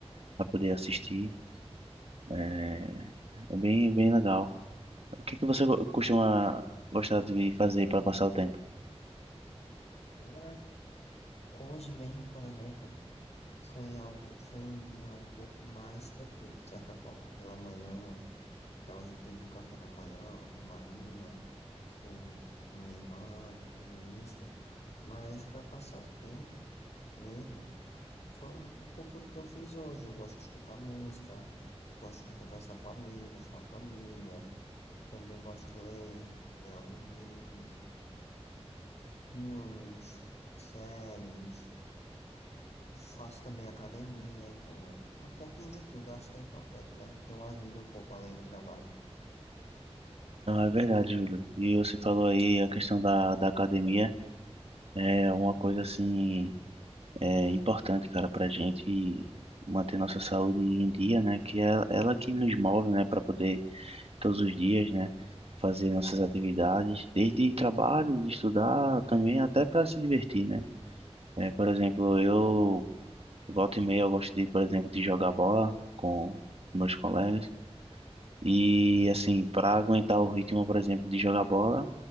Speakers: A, on the right; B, on the left.
A: para poder assistir. É, é bem, bem legal. O que que você go- costuma gostar de fazer para passar o tempo?
B: Cara, hoje mesmo, por exemplo, foi algo, foi um dia um pouco mais tranquilo, de certa forma. Pela manhã, então a gente teve um café da manhã com manhinha, com, com minha irmã e tudo isso. Mas para passar o tempo mesmo, Foi um, um pouco do que eu fiz hoje. Eu gosto de escutar música, gosto de conversar com amigos, com a família. Também gosto de ler, ler alguns livros, assistir filmes, séries. Faço também academia. Então, é um pouquinho de tudo. Acho que é importante, né? Ter uma vida um pouco além do trabalho.
A: Ah, é verdade, Júlio. E você falou aí a questão da, da academia. É uma coisa assim é importante, cara, para gente manter nossa saúde em dia, né? Que é ela que nos move, né? Para poder todos os dias, né? Fazer nossas atividades, desde trabalho, de estudar, também até para se divertir, né? É, por exemplo, eu volta e meia eu gosto de, por exemplo, de jogar bola com, com meus colegas. E assim, para aguentar o ritmo, por exemplo, de jogar bola,